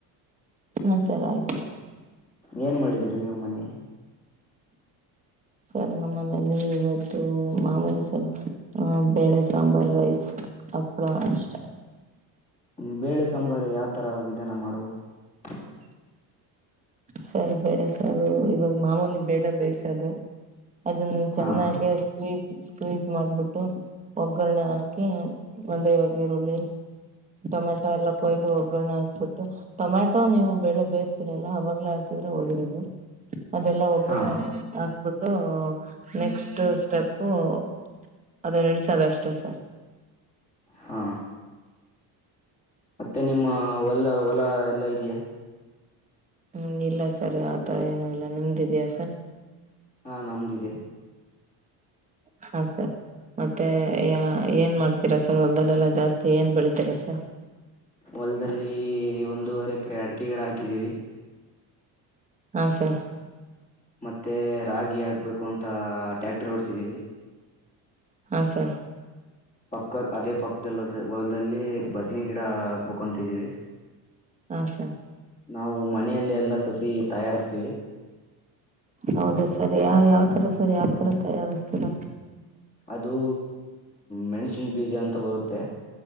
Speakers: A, on the right; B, on the left.
A: ಹ್ಮ ಸರ ಆಯ್ತು.
B: ಏನ್ ಮಾಡಿದ್ರಿ ನೀವು ಮನೆಯಲ್ಲಿ.
A: ಸರ್ ನಮ್ಮ ಮನೆಯಲ್ಲಿ ಇವತ್ತು ಮಾಮೂಲಿ ಸರ್ ಬೇಳೆ ಸಾಂಬಾರ್ ರೈಸ್ ಹಪ್ಪಳ ಅಷ್ಟೆ.
B: ಹ್ಮ್ ಬೇಳೆ ಸಾಂಬಾರ ಯಾಕೆ. ಉತ್ತರ ವಿಧಾನ ಮಾಡುವುದು <unintelligible>
A: ಹ್ಮ ಸರ್ ಬೆಳೆ ಸರ್ ಇವಾಗ ಮಾಮೂಲಿ ಬೆಳೆ ಬೇಯ್ಸದು. ಅದನ್ನ ಚೆನ್ನಾಗಿ
B: ಹಾ ಹಾ
A: ಈಟ್ ಮಾಡಬೇಕು. ಸ್ಕ್ರೀಸ್ ಮಾಡ್ಬಿಟ್ಟು ಒಗ್ಗರಣೆ ಹಾಕಿ ಒಂದವ. ಈರಳ್ಳಿ ಟೊಮೆಟೊ ಎಲ್ಲ ಕೊಯ್ದು ಒಗ್ಗರಣ ಹಾಕಿ. ಟೊಮ್ಯಾಟೋ ನೀವು ಬೆಳೆ ಬೇಯ್ತೀರಲ್ಲ ಅವಾಗ. ಮ ಹಾಕಿದ್ರೆ ಒಳ್ಳೇದು <unintelligible> ಅದೆಲ್ಲಾ ಒಗ್ಗರಣೆ
B: ಹಾ
A: ಹಾಕಬೇಕು. ನೆಕ್ಸ್ಟ್ ಸ್ಟೆಪ್ <unintelligible> ಅದೇ ಎರಡು ಸಾವಿರ ಅಷ್ಟೇ ಸರ್.
B: ಹಾ ಮತ್ತೆ ನಿಮ್ಮ ಹೊಲ ಹೊಲ ಎಲ್ಲಾ ಇದೆಯಾ.
A: ಹ್ಮ್ ಇಲ್ಲ ಸರ್ ಆತರ ಏನು ಇಲ್ಲ ನಿಮ್ದು ಇದಿಯಾ ಸರ್.
B: ಹಾ ನಮ್ದು ಇದೆ.
A: ಹಾ ಸರ್ ಮತ್ತೆ ಯ ಏನ್ ಮಾಡ್ತೀರಾ ಸರ್ ಹೊದಲ್ಲೆಲ್ಲ ಜಾಸ್ತಿ ಏನ್ ಬೆಳತೀರಾ ಸರ್.
B: ಹೊಲದಲ್ಲಿ ಒಂದೂವರೆ ಎಕರೆ ಅಡಿಕೆ ಗಿಡ ಹಾಕಿದೀವಿ.
A: ಹಾ ಸರ್.
B: ಮತ್ತೆ ರಾಗಿ. ಹಾಕ್ಬೇಕು ಬೇಕು ಅಂತ ಟ್ಯಾಕ್ಟರ್ ಓಡಸಿದೀವಿ.
A: ಹಾ ಸರ್.
B: ಪಕ್ಕದ ಅದೇ ಪಕ್ಕದಲ್ಲ ಹೊಲದಲ್ಲಿ ಬದ್ನಿ ಗಿಡ ಆ ಬಕೊಂತಿದ್ದೀವಿ.
A: ಹಾ ಸರ್
B: ನಾವು ಮನೆಯಲ್ಲಿ ಎಲ್ಲ ಸಸಿ. ತಯಾರಿಸ್ತೀವಿ.
A: ಹೌದ ಸರಿ ಯ ಯಾವತರ ಸರಿ ಯಾವತರ ತಯಾರಿಸ್ತೀರಾ.
B: ಅದು ಮೆಣಸಿನ ಬೀಜ ಅಂತ ಬರುತ್ತೆ.